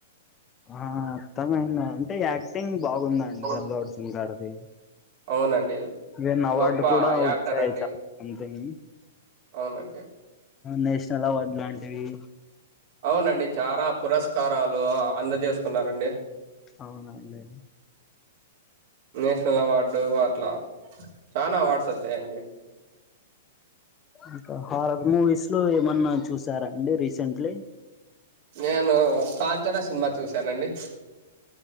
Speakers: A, on the left; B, on the right.
A: ఆ అర్థమైంద అంటే యాక్టింగ్ బాగుందండి
B: అవును.
A: అల్లు అర్జున్ గారు దే
B: అవునండి
A: నిన్న అవార్డు
B: గొప్ప
A: కూడా
B: యాక్టర్
A: వచ్చాయి
B: అండి
A: చాలా సంథింగ్
B: అవునండి
A: నేషనల్ అవార్డు లాంటివి
B: అవునండి చార పురస్కారాలు అందజేసుకున్నారండి
A: అవునండి
B: నేషనల్ అవార్డు అట్లా చానా అవార్డ్స్ వచ్చాయండి
A: ఇంకా హారర్ మూవీస్ లో ఏమన్నా చూసారా అండి రీసెంట్లీ
B: నేను కాంచనా సినిమా చూశానండి